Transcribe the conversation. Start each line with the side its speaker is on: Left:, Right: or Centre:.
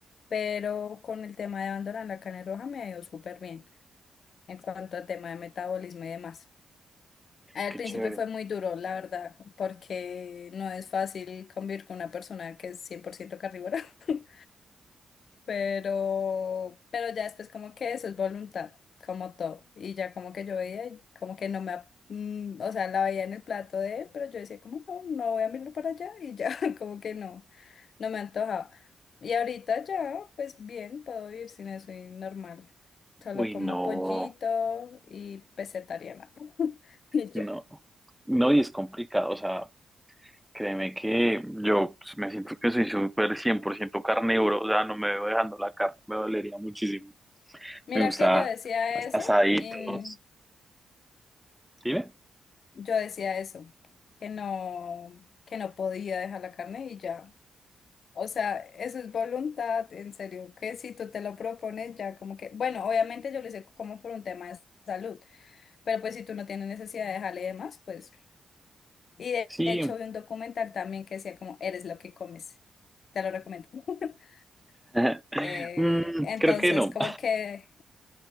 Left: pero con el tema de abandonar la carne roja me ha ido súper bien. en cuanto al tema de metabolismo y demás. Al
Centre: Qué
Left: principio
Centre: chévere.
Left: fue muy duro, la verdad, porque no es fácil convivir con una persona que es 100% carnívora. <laughs> pero, pero ya después como que eso es voluntad, como todo. Y ya como que yo veía, y como que no me, ap- mm, o sea, la veía en el plato de él, pero yo decía como no, no voy a mirarlo para allá y ya <laughs> como que no, no me antojaba. Y ahorita ya, pues bien, puedo vivir sin eso y normal. Solo
Centre: Uy,
Left: como
Centre: no,
Left: pollito y vegetariana. <laughs> Y ya.
Centre: no. No, y es complicado. O sea, créeme que yo pues, me siento que soy súper 100% carnívoro. O sea, no me veo dejando la carne, me dolería muchísimo.
Left: Mira
Centre: Me gusta
Left: que yo decía
Centre: as-
Left: eso
Centre: asaditos.
Left: y
Centre: Dime.
Left: yo decía eso, que no, que no podía dejar la carne y ya. O sea, eso es voluntad, en serio, que si tú te lo propones ya como que, bueno, obviamente yo lo hice como por un tema de salud, pero pues si tú no tienes necesidad de dejarle y demás, pues, y de
Centre: Sí.
Left: hecho vi un documental también que decía como, eres lo que comes, te lo recomiendo. <laughs>
Centre: <laughs>
Left: Eh,
Centre: Mm,
Left: entonces,
Centre: creo que no.
Left: como que,